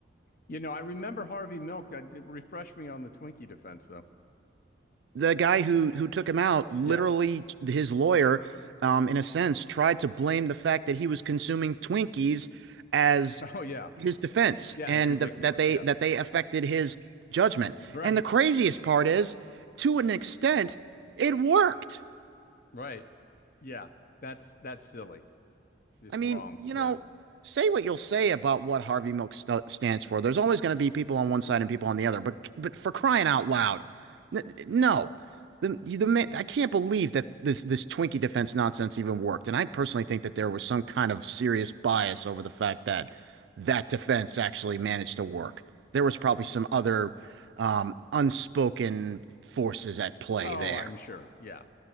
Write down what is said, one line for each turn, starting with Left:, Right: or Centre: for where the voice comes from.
Left: You know, I remember Harvey Milk. I, it refreshed me on the Twinkie defense, though.
Right: The guy who who took him out, literally
Left: Yeah. <laughs>
Right: his lawyer, um, in a sense, tried to blame the fact that he was consuming Twinkies as
Left: Oh, yeah.
Right: his defense
Left: Yeah,
Right: and
Left: it's ridiculous.
Right: the, that they
Left: Yeah.
Right: that they affected his judgment.
Left: Right.
Right: And the craziest part is, to an extent, it worked.
Left: Right. Yeah. That's that's silly. Just
Right: I mean,
Left: wrong.
Right: you
Left: Yeah.
Right: know, say what you'll say about what Harvey Milk st stands for. There's always going to be people on one side and people on the other. But but for crying out loud, n- no, the the man, I can't believe that this this Twinkie defense nonsense even worked. And I personally think that there was some kind of serious bias over the fact that that defense actually managed to work. There was probably some other um, unspoken forces at play
Left: Oh,
Right: there.
Left: I'm sure. Yeah.